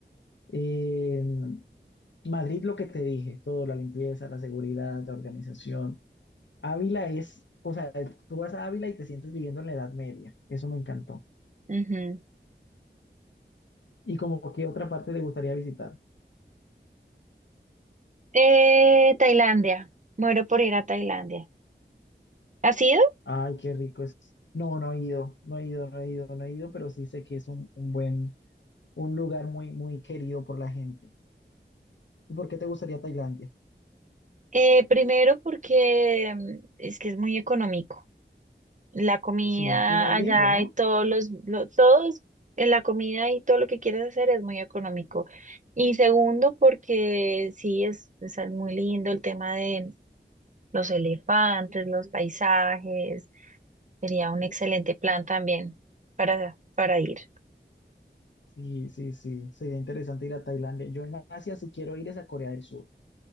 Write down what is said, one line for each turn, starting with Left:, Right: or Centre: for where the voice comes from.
Left: Eh, Madrid, lo que te dije, todo, la limpieza, la seguridad, la organización. Ávila es, o sea, tú vas a Ávila y te sientes viviendo en la Edad Media. Eso me encantó.
Right: ujú.
Left: ¿Y como qué otra parte te gustaría visitar?
Right: Eh, Tailandia, muero por ir a Tailandia. ¿Has ido?
Left: Ay, qué rico es. No, no he ido, no he ido, no he ido, no he ido, pero sí sé que es un, un buen, un lugar muy, muy querido por la gente. ¿Y por qué te gustaría Tailandia?
Right: Eh, primero porque mm, es que es muy económico. la comida
Left: Sí, y muy
Right: allá
Left: lindo, ¿no?
Right: y todos los, lo- todos en la comida y todo lo que quieras hacer es muy económico. Y segundo, porque sí es, es muy lindo el tema de los elefantes, los paisajes, sería un excelente plan también para, para ir.
Left: Sí, sí, sí, sería interesante ir a Tailandia. Yo en Asia sí quiero ir es a Corea del Sur.